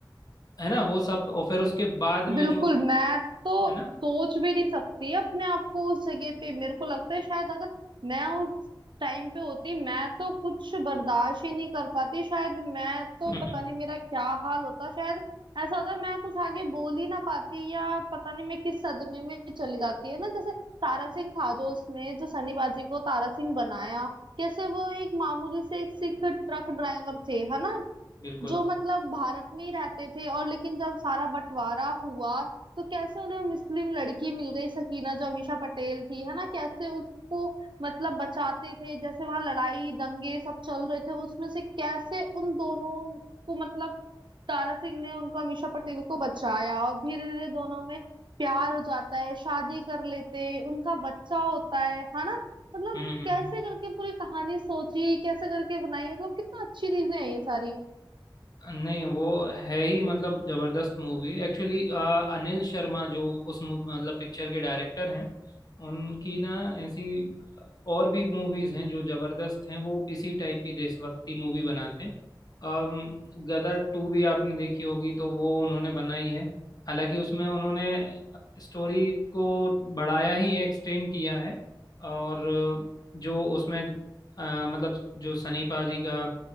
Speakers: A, on the left; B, on the right.
A: है ना वो सब और फिर उसके बाद
B: बिल्कुल
A: में जो
B: मैं तो
A: है ना
B: सोच भी नहीं सकती अपने आप को उस जगह पे मेरे को लगता है शायद अगर मैं उस टाइम पे होती मैं तो कुछ बर्दाश्त ही नहीं कर पाती शायद मैं तो
A: <laughs>
B: पता नहीं मेरा क्या हाल होता शायद ऐसा होता मैं कुछ आगे बोल ही ना पाती या पता नहीं मैं किस सदमे में चली जाती है ना जैसे तारा सिंह था जो उसमें जो सनी पाजी को तारा सिंह बनाया कैसे वो एक मामूली से एक सिख ट्रक ड्राइवर थे है ना
A: बिल्कुल
B: जो मतलब भारत में ही रहते थे और लेकिन जब सारा बंटवारा हुआ तो कैसे उन्हें मुस्लिम लड़की मिल गई सकीना जो अमीषा पटेल थी है ना कैसे उसको मतलब बचाते थे जैसे वहां लड़ाई दंगे सब चल रहे थे उसमें से कैसे उन दोनों को मतलब तारा सिंह ने उनको अमीषा पटेल को बचाया और धीरे धीरे दोनों में प्यार हो जाता है शादी कर लेते हैं, उनका बच्चा होता है है ना मतलब
A: हम्म हम्म
B: कैसे
A: हम्म।
B: करके पूरी कहानी सोची कैसे करके बनाई मतलब कितना अच्छी चीजें हैं ये सारी
A: नहीं वो है ही मतलब जबरदस्त मूवी एक्चुअली अनिल शर्मा जो उस मू- मतलब पिक्चर के डायरेक्टर हैं उनकी ना ऐसी और भी मूवीज हैं जो जबरदस्त हैं वो इसी टाइप की देशभक्ति मूवी बनाते हैं अम, गदर टू भी आपने देखी होगी तो वो उन्होंने बनाई है हालांकि उसमें उन्होंने स्टोरी को बढ़ाया ही है एक्सटेंड किया है और जो उसमें अ, मतलब जो सनी पाजी का